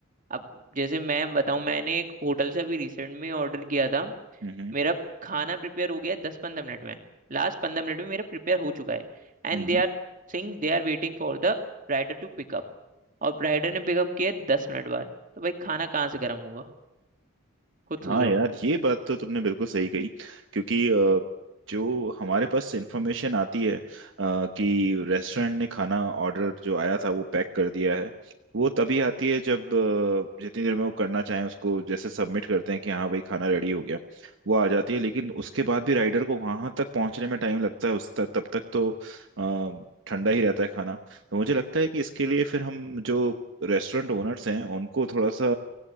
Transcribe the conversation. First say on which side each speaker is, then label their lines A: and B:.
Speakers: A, on the right; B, on the right.
A: अब जैसे मैं बताऊं मैंने एक होटल से अभी रिसेंट में ऑर्डर किया था
B: हम्म हम्म
A: मेरा खाना प्रिपेयर हो गया है दस पंद्रह मिनट में लास्ट पंद्रह मिनट में मेरा प्रिपेयर हो चुका है And
B: हम्म।
A: they are sing they are waiting for the rider to pickup और राइडर ने पिकअप किया है दस मिनट बाद तो भाई खाना कहाँ से गर्म होगा खुद
B: हाँ
A: सोचो
B: यार ये बात तो तुमने बिल्कुल सही कही क्योंकि अ, जो हमारे पास इंफॉर्मेशन आती है अ, कि रेस्टोरेंट ने खाना ऑर्डर जो आया था वो पैक कर दिया है वो तभी आती है जब अ, जितनी देर में वो करना चाहें उसको जैसे सबमिट करते हैं कि हाँ भाई खाना रेडी हो गया वो आ जाती है लेकिन उसके बाद भी राइडर को वहां तक पहुंचने में टाइम लगता है उस तक तब तक तो अ, ठंडा ही रहता है खाना तो मुझे लगता है कि इसके लिए फिर हम जो रेस्टोरेंट ओनर्स हैं उनको थोड़ा सा